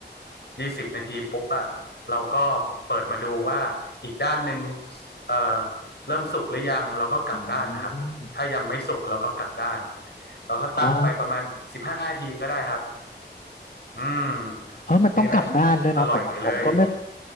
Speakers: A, on the left; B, on the left.
A: ยี่สิบนาทีปุ๊บอะเราก็เปิดมาดูว่าอีกด้านหนึ่งเอ่อเริ่มสุกหรือยังเราก็กลับด้านครับถ้ายังไม่สุกเราก็กลับด้าน
B: อืม
A: เราก็ตั้งไปประมาณสิบห้านาทีก็ได้ครับ
B: อ๋อ
A: อืม
B: เออมันต้องกลับด้านด้วยเนาะผมผมก็ไม่
A: แค่นี้แหละอร่อยเลย